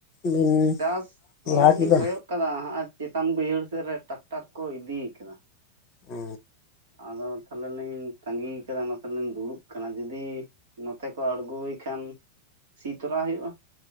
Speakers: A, on the left; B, on the right.
A: ᱵᱤᱱ
B: ᱪᱟᱥ
A: ᱞᱟᱦᱟ
B: ᱚᱱᱟ ᱜᱮᱞᱤᱧ
A: ᱠᱮᱫᱟ
B: ᱠᱚᱭᱚᱜ ᱟᱠᱟᱫᱟ ᱦᱟᱸᱜ-ᱟᱭ ᱪᱮᱛᱟᱱ ᱵᱟᱹᱭᱦᱟᱹᱲ ᱥᱮᱫ ᱨᱮ ᱴᱨᱟᱠᱴᱟᱨ ᱠᱚ ᱤᱫᱤ ᱠᱟᱫᱟ᱾
A: ᱚ᱾
B: ᱟᱫᱚ ᱛᱟᱦᱚᱞᱮ ᱞᱤᱧ ᱛᱟᱸᱜᱤ ᱠᱟᱫᱟ ᱚᱱᱟ ᱛᱮᱞᱤᱧ ᱫᱩᱲᱩᱵ ᱠᱟᱱᱟ ᱡᱩᱫᱤ ᱱᱚᱛᱮ ᱠᱚ ᱟᱬᱜᱚᱭ ᱠᱷᱟᱱ ᱥᱤ ᱛᱚᱨᱟ ᱦᱩᱭᱩᱜ-ᱟ᱾